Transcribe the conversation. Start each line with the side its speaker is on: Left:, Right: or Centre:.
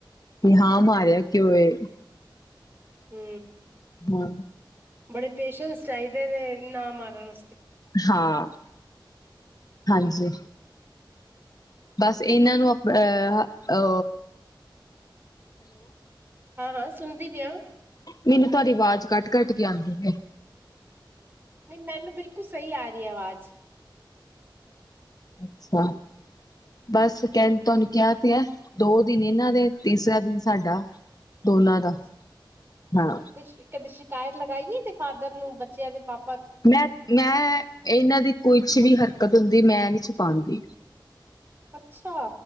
Left: ਕਿ ਹਾਂ ਮਾਰਿਆ ਕਿਉ ਏ?
Right: ਹੂੰ,
Left: ਹੋਰ
Right: ਬੜੇ ਪੇਸ਼ੈਂਸ ਚਾਹੀਦੇ ਨੇ ਨਾ ਮਾਰਨ ਆ
Left: ਹਾਂ, ਹਾਂਜੀ। ਬਸ ਇਹਨਾਂ ਨੂੰ ਆਪ ਅ ਹ ਆ
Right: ਹਾਂ-ਹਾਂ ਸੁਣਦੀ ਪਈਆਂ।
Left: ਮੈਨੂੰ ਤੁਹਾਡੀ ਆਵਾਜ਼ ਕੱਟ-ਕੱਟ ਕੇ ਆਂਦੀ ਐ।
Right: ਨਹੀਂ ਮੈਨੂੰ ਬਿਲਕੁਲ ਸਹੀ ਆ ਰਹੀ ਆਵਾਜ਼।
Left: ਅੱਛਾ ਬਸ ਕਹਣ ਤੁਹਾਨੂੰ ਕਿਹਾ ਤੇ ਹੈ ਦੋ ਦਿਨ ਇਹਨਾਂ ਦੇ ਤੀਸਰਾ ਦਿਨ ਸਾਡਾ। ਦੋਨਾਂ ਦਾ
Right: ਅੱਛਾ
Left: ਹਾਂ
Right: ਤੇ ਕਦੇ ਸ਼ਿਕਾਇਤ ਲਗਾਈ ਏ ਤੇ ਫਾਦਰ ਨੂੰ ਬੱਚਿਆਂ ਦੇ ਪਾ
Left: ਮੈਂ, ਮੈਂ ਇਹਨਾਂ ਦੀ ਕੁਛ ਵੀ ਹਰ ਦਿੱਕਤ ਹੁੰਦੀ ਮੈਂ ਨੀ ਛੁਪਾਦੀ,
Right: ਅੱਛਾ,